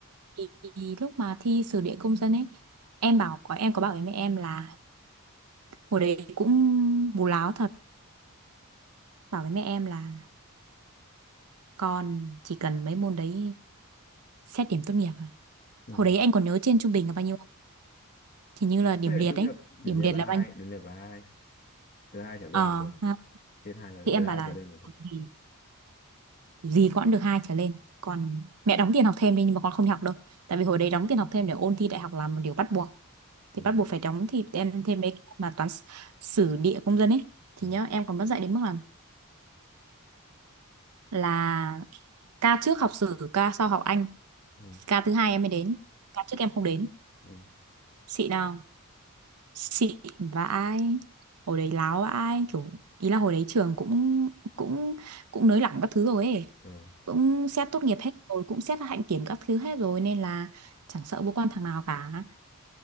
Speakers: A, on the right; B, on the left.
A: thì thì lúc mà thi sử địa công dân ấy em bảo có em có bảo với mẹ em là hồi đấy cũng bù láo thật bảo với mẹ em là con chỉ cần mấy môn đấy xét điểm tốt nghiệp rồi
B: Ừ.
A: hồi đấy anh còn nhớ trên trung bình là bao nhiêu không? thì như là điểm
B: xét
A: liệt
B: để tốt
A: ấy
B: nghiệp điểm
A: điểm
B: liệt
A: liệt
B: là
A: là
B: hai
A: bao nhiêu
B: điểm liệt là hai từ hai trở lên
A: ờ
B: là được
A: ha.
B: trên hai là
A: thì em
B: từ hai
A: bảo là
B: trở lên là được
A: gì gì cũng được hai trở lên còn mẹ đóng tiền học thêm đi nhưng mà con không đi học đâu tại vì hồi đấy đóng tiền học thêm để ôn thi đại học là một điều bắt buộc thì
B: ừ.
A: bắt buộc phải đóng thì em thêm mấy cái mà toán s- sử địa công dân ấy thì
B: Ừ.
A: nhớ em còn mất dạy đến mức là là ca trước học sử ca sau học Anh
B: Ừ.
A: ca thứ hai em mới đến ca trước em không đến
B: Ừ.
A: xịn nào xịn vãi hồi đấy láo ai kiểu ý là hồi đấy trường cũng cũng cũng nới lỏng các thứ rồi ấy
B: Ừ.
A: cũng xét tốt nghiệp hết rồi cũng xét hạnh kiểm các thứ hết rồi nên là chẳng sợ vô quan thằng nào cả